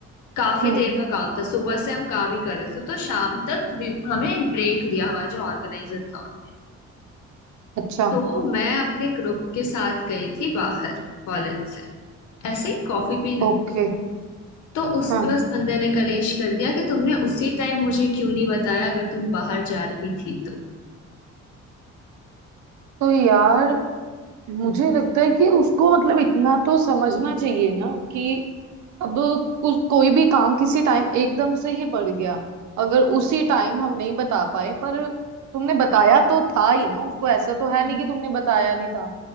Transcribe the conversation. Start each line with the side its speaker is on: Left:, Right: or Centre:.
Left: काफी
Right: हम्म
Left: देर का काम था सुबह से हम काम ही कर रहे थे तो शाम तक भी हमें ब्रेक दिया हमारा जो ऑर्गेनाइजर था उन्होंने
Right: अच्छा
Left: तो मैं अपने ग्रुप के साथ गई थी बाहर कॉलेज से ऐसे ही कॉफी पीने
Right: ओके
Left: तो उस
Right: हाँ
Left: पर उस बंदे ने कलेश कर दिया कि तुमने उसी टाइम मुझे क्यों नहीं बताया अगर तुम बाहर जा रही थी
Right: तो यार मुझे लगता है कि उसको मतलब इतना तो समझना चाहिए ना कि अब कुछ कोई भी काम किसी टाइम एकदम से ही पड़ गया अगर उसी टाइम हम नहीं बता पाए पर तुमने बताया तो था ही ना उसको ऐसा तो है
Left: तो
Right: नहीं कि तुमने बताया नहीं था